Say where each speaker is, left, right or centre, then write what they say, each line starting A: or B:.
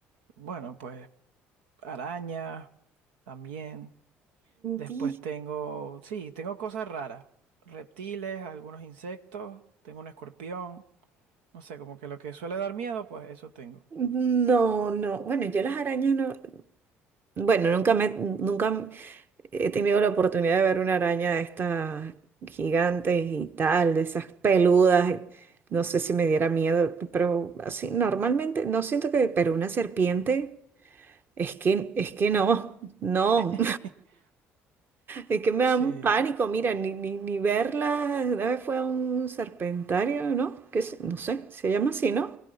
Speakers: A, on the right; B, on the right.
A: Bueno, pues arañas también. Después
B: Di-
A: tengo, sí, tengo cosas raras. Reptiles, algunos insectos, tengo un escorpión. No sé, como que lo que suele dar miedo, pues eso tengo.
B: No, no. Bueno, yo las arañas no. Bueno, nunca me, nunca he tenido la oportunidad de ver una araña de estas gigantes y tal, de esas peludas. eh, No sé si me diera miedo, pero así normalmente no siento que, pero una serpiente es que es que no, no.
A: <laughs>
B: Es que me da
A: Sí,
B: un pánico, mira, ni, ni, ni verla. Una vez fue a un serpentario, ¿no? Que se- no sé, se llama así, ¿no?